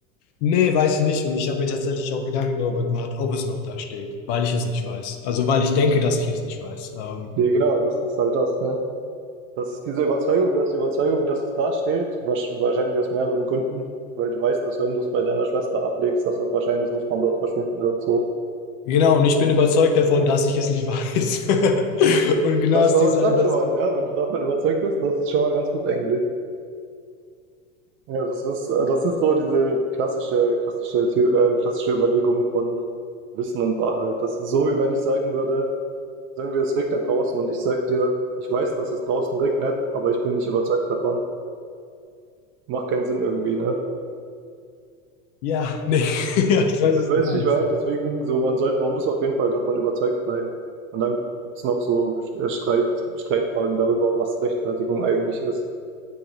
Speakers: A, on the left; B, on the right.
A: Nee, weiß ich nicht. Und ich habe mir tatsächlich auch Gedanken darüber gemacht, ob es noch da steht, weil ich es nicht weiß. Also, weil ich denke, dass ich es nicht weiß. Ähm,
B: Ja, genau, das ist halt das, ne? Das ist diese Überzeugung, du hast die Überzeugung, dass es da steht, wasch- wahrscheinlich aus mehreren Gründen, weil du weißt, dass wenn du es bei deiner Schwester ablegst, dass es wahrscheinlich nicht von dort verschwinden wird, so.
A: genau, und ich bin überzeugt davon, dass ich es nicht weiß. <laughs> Und genau
B: Das
A: aus
B: ist aber
A: dieser
B: stark
A: Überzeugung.
B: schon mal, ja, wenn du davon überzeugt bist, das ist schon mal ganz gut eigentlich. Ja, das ist, äh, das ist so diese klassische, klassische, The- äh, klassische Überlegung von Wissen und Wahrheit. Das ist so, wie wenn ich sagen würde, sagen wir, es regnet draußen und ich sag dir, ich weiß, dass es draußen regnet, aber ich bin nicht überzeugt davon. Macht keinen Sinn irgendwie, ne?
A: Ja, nee, <laughs> ja, ich weiß,
B: We-
A: was
B: Weißt
A: du meinst.
B: du, wie ich meine? Deswegen, so, man sollte, man muss auf jeden Fall davon überzeugt sein. Und dann gibt's noch so äh, Streit, Streitfragen darüber, was Rechtfertigung eigentlich ist.